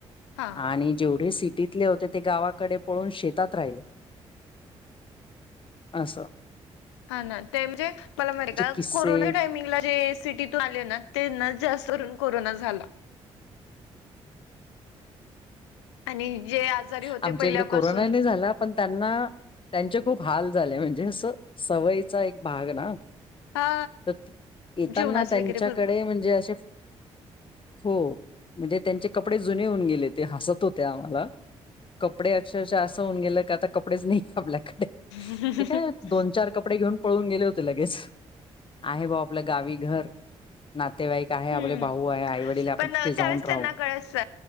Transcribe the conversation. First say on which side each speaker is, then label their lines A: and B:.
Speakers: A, on the left; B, on the left.
A: हा.
B: आणि जेवढे सिटीतले होते ते गावाकडे पळून शेतात राहिले. अस.
A: हा ना ते म्हणजे मला
B: किस्से
A: <unintelligible> कोरोना टायमिंगला रे सिटीत तो आले ना त्यांनाच जास्त कोरोना झाला. आणि जे आजारी होते
B: आमच्या
A: पहिल्यापासून
B: इकडे कोरोना नाही झाला. पण त्यांना त्यांचे खूप हाल झाले म्हणजे असं सवयीचा एक भाग ना.
A: हा
B: <unintelligible> येताना
A: जेवणाचे
B: त्यांच्याकडे
A: वगैरे भरपूर
B: म्हणजे अशे हो म्हणजे त्यांचे कपडे जुने होऊन गेले ते हसत होत्या आम्हाला. कपडे अक्षरशा असं होऊन गेल क आता कपडेच नाही आपल्या
A: हम्म.
B: ते काय दोन चार कपडे घेऊन पळून गेले होते लगेच, आहे भाऊ आपलं गावी घर नातेवाईक आहे आपले
A: हम्म
B: भाऊ आहे आई वडील आपण
A: पण
B: तिथे जाऊन
A: त्यावेळेस
B: राहू
A: त्यांना कळ असल.